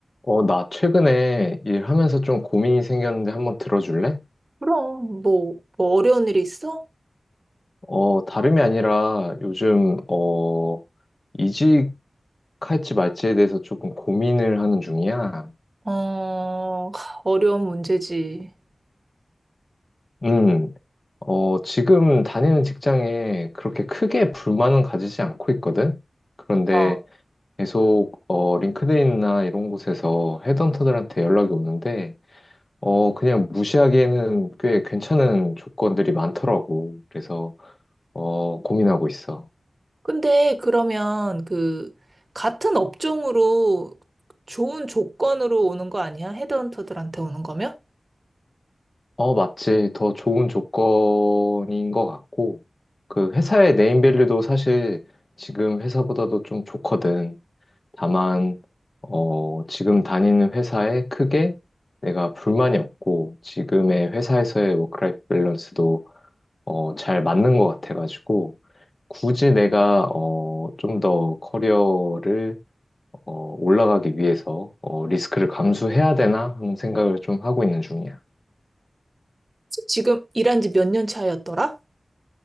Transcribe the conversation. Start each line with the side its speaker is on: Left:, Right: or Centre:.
Left: 어, 나 최근에 일하면서 좀 고민이 생겼는데 한번 들어줄래?
Right: 그럼, 뭐, 뭐 어려운 일이 있어?
Left: 어, 다름이 아니라 요즘, 어, 이직할지 말지에 대해서 조금 고민을 하는 중이야.
Right: 어, 어려운 문제지.
Left: 음, 어, 지금 다니는 직장에 그렇게 크게 불만은 가지지 않고 있거든? 그런데
Right: 어.
Left: 계속, 어, 링크드인이나 이런 곳에서 헤드헌터들한테 연락이 오는데, 어, 그냥 무시하기에는 꽤 괜찮은 조건들이 많더라고. 그래서, 어, 고민하고 있어.
Right: 근데 그러면 그, 같은 업종으로 좋은 조건으로 오는 거 아니야? 헤드헌터들한테 오는 거면?
Left: 어, 맞지. 더 좋은 조건인 것 같고, 그 회사의 네임밸류도 사실 지금 회사보다도 좀 좋거든. 다만, 어, 지금 다니는 회사에 크게 내가 불만이 없고, 지금의 회사에서의 워크라이프 밸런스도 어, 잘 맞는 것 같아가지고, 굳이 내가 어, 좀 더 커리어를 어, 올라가기 위해서 어, 리스크를 감수해야 되나 하는 생각을 좀 하고 있는 중이야.
Right: 지금 일한 지 몇 년 차였더라?